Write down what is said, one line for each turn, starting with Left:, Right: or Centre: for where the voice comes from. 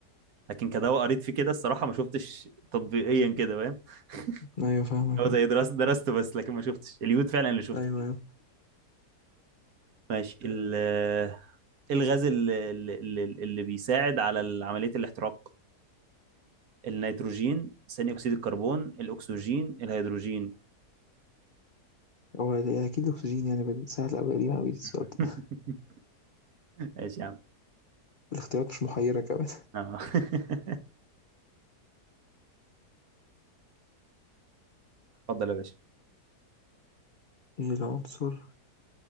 Right: لكن كدواء قريت فيه كده الصراحه ما شفتش تطبيقيا كده فاهم <laughs>
Left: أيوة فاهمك
Right: هو زي درست درسته بس لكن ما شفتش اليود فعلا اللي شفت
Left: أيوة
Right: فيه
Left: أيوة
Right: ماشي ال- آه، الغاز اللي, اللي, اللي بيساعد على عمليه الاحتراق النيتروجين ثاني اكسيد الكربون الاكسجين الهيدروجين
Left: هو ده أكيد الأكسجين يعني بديل سهل أوي قديمة أوي السؤال
Right: <laughs>
Left: ده
Right: ماشي يا عم
Left: الاختيارات مش محيرة كمان
Right: آه. <laughs> اتفضل يا باشا
Left: <laughs> إيه العنصر